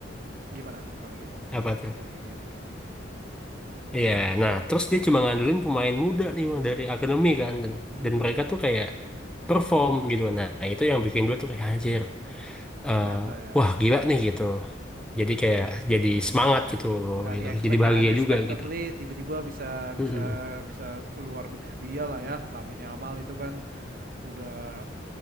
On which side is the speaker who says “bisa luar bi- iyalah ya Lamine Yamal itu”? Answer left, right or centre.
Right